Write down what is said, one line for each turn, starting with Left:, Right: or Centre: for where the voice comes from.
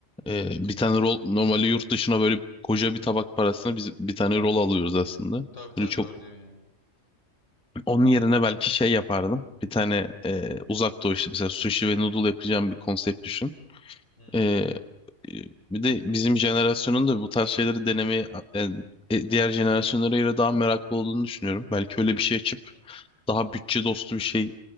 Centre: eee, bir tane rol normalde yurt dışına böyle koca bir tabak parasına biz bir tane rol alıyoruz aslında.
Left: Tabii tabii
Centre: Böyle çok
Left: doğru diyorsun ya.
Centre: Onun yerine belki şey yapardım. Bir tane e, uzak doğu işte mesela sushi ve noodle yapacağım bir konsept düşün.
Left: Hmm.
Centre: E, e, bir de bizim jenerasyonun da bu tarz şeyleri denemeye e, e, diğer jenerasyonlara göre daha meraklı olduğunu düşünüyorum. Belki öyle bir şey açıp
Left: Hı.
Centre: daha bütçe dostu bir şey